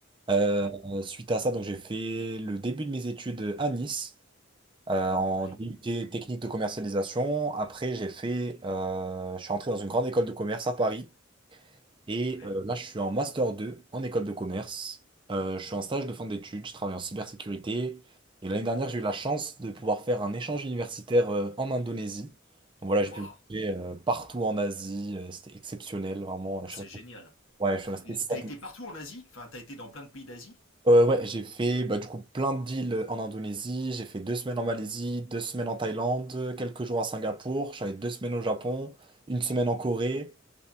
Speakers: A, on the right; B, on the left.
A: Euh,
B: Ouais.
A: suite à ça, donc j'ai fait le début de mes études à Nice, euh, en
B: Ouais.
A: DUT technique de commercialisation. Après, j'ai fait, euh, je suis entré dans une grande école de commerce à Paris. Et
B: Ouais.
A: euh, là, je suis en master 2 en école de commerce. Euh, je suis en stage de fin d'études, je travaille en cybersécurité. Et l'année dernière, j'ai eu la chance de pouvoir faire un échange universitaire euh, en Indonésie. Donc voilà, j'ai
B: Waouh.
A: pu voyager euh, partout en Asie. euh, c'était exceptionnel, vraiment. Je
B: Ah, c'est
A: suis resté,
B: génial.
A: ouais, je suis resté
B: Et
A: sept
B: t'as été
A: mois.
B: partout en Asie Enfin, t'as été dans plein de pays d'Asie
A: Euh, ouais, j'ai fait bah, du coup plein de deals en Indonésie. J'ai fait deux semaines en Malaisie, deux semaines en Thaïlande, quelques jours à Singapour. J'avais deux semaines au Japon, une semaine en Corée,